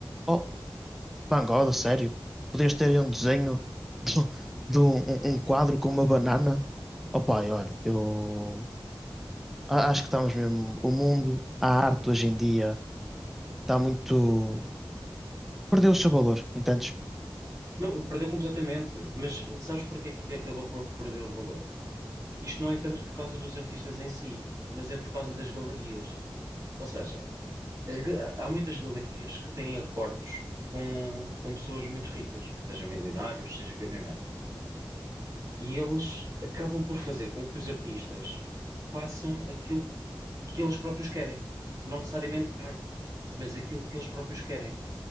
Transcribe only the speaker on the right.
Não, perdeu completamente. Mas sabes porque é que acabou por perder o valor? Isto não é tanto por causa dos artistas em si, mas é por causa das galerias. Ou seja, as ga- há muitas galerias que têm acordos com, com pessoas muito ricas, seja milionários, seja bilionários. E eles acabam por fazer com que os artistas façam aquilo que eles próprios querem. Não necessariamente arte, mas aquilo que eles próprios querem.